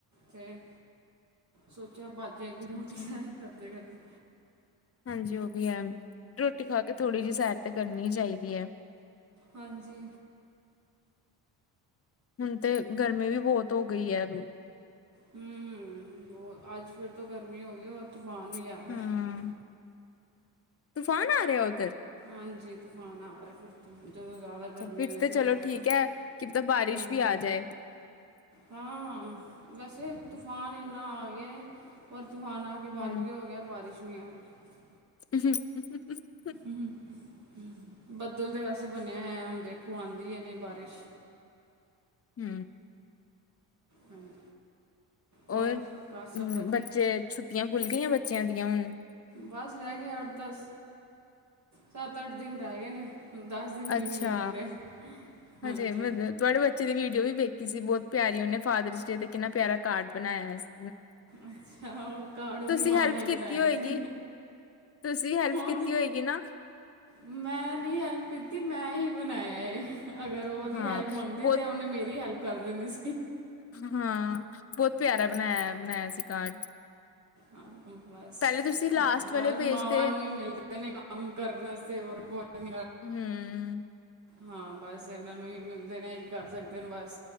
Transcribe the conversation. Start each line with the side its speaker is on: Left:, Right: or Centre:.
Right: ਤੇ ਸੋਚਿਆ ਬਾ ਜਾ ਕੇ ਰੋਟੀ
Left: ਅੱਛਾ।
Right: ਸ ਕਰਦੇ ਕਰਦੇ,
Left: ਹਾਂਜੀ ਉਹ ਵੀ ਹੈ ਰੋਟੀ ਖਾ ਕੇ ਥੋੜ੍ਹੀ ਜਿਹੀ ਸੈਰ ਤੇ ਕਰਨੀ ਹੀ ਚਾਹੀਦੀ ਹੈ।
Right: ਹਾਂਜੀ,
Left: ਹੁਣ ਤੇ ਗਰਮੀ ਵੀ ਬਹੁਤ ਹੋ ਗਈ ਹੈ।
Right: ਹੂੰ ਅੱਜ ਫਿਰ ਤੋਂ ਗਰਮੀ, ਹੋਗੀ ਉਹ ਤੂਫਾਨ ਵੀ ਆ
Left: ਹੂੰ।
Right: ਰਿਹਾ।
Left: ਤੂਫਾਨ ਆ ਰਿਹਾ ਉੱਧਰ?
Right: ਹਾਂਜੀ ਤੂਫਾਨ ਆ ਰਿਹਾ ਫਿਰ, ਜਦੋਂ ਜ਼ਿਆਦਾ ਗਰਮੀ
Left: ਫਿਰ
Right: ਹੋਏ ਤੇ
Left: ਚਲੋ
Right: ਉਦੋਂ
Left: ਠੀਕ ਹੈ। ਕਿ ਪਤਾ ਬਾਰਿਸ਼
Right: ਹੂੰ
Left: ਵੀ ਆ ਜਾਏ,
Right: ਹਾਂ। ਵੈਸੇ ਤੂਫਾਨ ਇੰਨਾ ਆ ਗਿਆ। ਤੂਫਾਨ ਆ ਕੇ ਬੰਦ
Left: ਹੂੰ।
Right: ਵੀ ਹੋ ਗਿਆ ਬਾਰਿਸ਼, <unintelligible>
Left: <unintelligible>
Right: ਹੂੰ, <unintelligible> ਬਣਿਆ ਹੋਆ ਹੁੰਦੇ। ਖੁਆਦੀ ਐ ਨਹੀਂ ਬਾਰਿਸ਼
Left: ਹੂੰ,
Right: ਹਾਂਜੀ,
Left: <unintelligible>
Right: ਔਰ ਘਰ ਸਭ ਵਧੀਆ
Left: ਬੱਚੇ ਛੁੱ <unintelligible> <unintelligible> ਬੱਚਿਆਂ ਦੀਆਂ ਹੁਣ,
Right: ਬਸ ਰਹਿ ਗਏ ਅੱਠ ਦਸ ਸੱਤ ਅੱਠ ਦਿਨ ਰਹਿ ਗਏ ਨੇ, ਦਿਨ ਵੀ
Left: ਅੱਛਾ
Right: ਨਹੀਂ ਹੈ ਪੂਰੇ ਹਾਂਜੀ
Left: ਹਜੇ ਮਤਲਬ ਤੁਹਾਡੇ ਬੱਚੇ ਦੀ ਵੀਡੀਓ ਵੀ, ਵੇਖੀ ਸੀ ਬਹੁਤ ਪਿਆਰੀ ਉਹਨੇ ਫਾਦਰਸ ਡੇ ਤੇ ਕਿੰਨਾ ਪਿਆਰਾ ਕਾਰਡ ਬਣਾਇਆ ਸੀ।
Right: ਅੱਛਾ ਉਹ ਕਾਰਦ ਔਦੀ
Left: ਤੁਸੀਂ
Right: ਮਾਂ
Left: ਹੈਲਪ
Right: ਨੇ
Left: ਕੀਤੀ
Right: ਬੁਨਾਇਆ
Left: ਹੋਏਗੀ
Right: ਸੀ
Left: ਤੁਸੀਂ ਹੈਲਪ ਕੀਤੀ
Right: ਨੇ,
Left: ਹੋਏਗੀ ਨਾ
Right: ਮੈਂ ਨੀ ਹੈਲਪ ਕੀਤੀ ਮੈਂ ਹੀ ਬਣਾਇਆ। ਅਗਰ ਉਹਦੀ
Left: ਹਾਂ
Right: ਹੈਲਪ ਮੰਗਦੀ
Left: ਬਹੁਤ
Right: ਤਾਂ ਉਹਨੇ ਮੇਰੀ ਹੈਲਪ ਕਰ ਕਰਦੇ ਦੇਣੀ ਸੀ,
Left: ਹਾਂ ਬਹੁਤ ਪਿਆਰਾ ਬਣਾਇਆ ਬਣਾਇਆ ਸੀ। ਕਾਰਡ
Right: ਹਮ ਬਸ
Left: ਪਹਿਲੇ ਤੁਸੀਂ ਲਾਸਟ
Right: ਬਸ
Left: ਵਾਲੇ ਪੇਜ
Right: ਮਾਵਾਂ
Left: ਤੇ
Right: ਨੂੰ ਹੀ ਮਿਲਦੇ ਨੇ ਕੰਮ ਕਰਨ ਵਾਸਤੇ ਹੋਰ ਭੋਜਨ
Left: ਹਮ
Right: ਹਾਂ ਬਸ, ਕਿਸ ਇਹਨਾਂ ਨੂੰ ਹੀ ਮਿਲਦੇ ਨੇ ਹੀ ਕਰ ਸਕਦੇ। ਦਿਨ ਬਸ,